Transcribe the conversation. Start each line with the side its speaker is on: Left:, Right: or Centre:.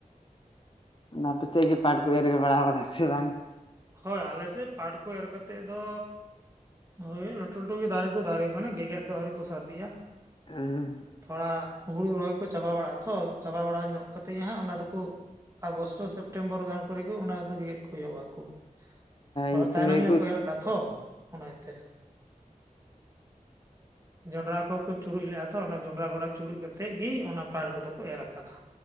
Left: ᱚᱱᱟ ᱟᱯᱮᱥᱮᱜ ᱜᱮ ᱯᱟᱴ ᱠᱚ ᱮᱨᱜ ᱵᱟᱲᱟ ᱠᱟᱫᱟ ᱥᱮ ᱵᱟᱝ?
Right: ᱦᱳᱭ ᱟᱞᱮᱥᱮᱫ ᱯᱟᱴ ᱠᱚ ᱮᱨ ᱠᱟ ᱠᱟᱛᱮᱫ ᱫᱚ ᱦᱳᱭ ᱞᱟᱹᱴᱩ ᱞᱟᱹᱴᱩ ᱜᱮ ᱫᱟᱨᱮ ᱫᱚ ᱫᱟᱨᱮ ᱠᱟᱱᱟ ᱜᱮᱜᱮᱫ ᱫᱚ ᱟᱹᱣᱨᱤ ᱠᱚ ᱥᱟᱨᱫᱤ ᱭᱟ᱾
Left: ᱦᱚᱸ
Right: ᱛᱷᱚᱲᱟ ᱦᱩᱲᱩ ᱨᱚᱦᱚᱭ ᱠᱚ ᱪᱟᱵᱟ ᱵᱟᱲᱟᱜ ᱟ ᱛᱚ ᱪᱟᱵᱟ ᱵᱟᱲᱟ ᱧᱚᱜ ᱠᱟᱛᱮᱫ ᱜᱮ ᱦᱟᱸᱜ ᱚᱱᱟ ᱫᱚᱠᱚ ᱟᱜᱚᱥᱴᱚ ᱥᱮᱯᱴᱮᱢᱵᱚᱨ ᱜᱟᱱ ᱠᱚᱨᱮ ᱜᱮ ᱚᱱᱟ ᱠᱚᱫᱚ ᱜᱮᱜᱮᱫ ᱠᱚ ᱮᱦᱚᱵ ᱟᱠᱚ᱾ ᱛᱷᱚᱲᱟ
Left: ᱤᱱ ᱥᱚᱢᱚᱭ
Right: ᱛᱟᱭᱱᱚᱢ ᱧᱚᱜ ᱠᱚ ᱮᱨ ᱠᱟ ᱛᱷᱚ ᱚᱱᱟ ᱭᱮᱛᱮ᱾ ᱡᱚᱸᱰᱨᱟ ᱠᱚ ᱠᱚ ᱪᱩᱨᱩᱡ ᱞᱮᱼᱟ ᱛᱚ ᱚᱱᱟ ᱡᱚᱸᱰᱨᱟ ᱜᱚᱰᱟ ᱪᱩᱨᱩᱡ ᱠᱟᱛᱮᱜ ᱜᱮ ᱚᱱᱟ ᱯᱟᱨ ᱠᱚᱫᱚ ᱠᱚ ᱮᱨ ᱟᱠᱟᱫᱟ᱾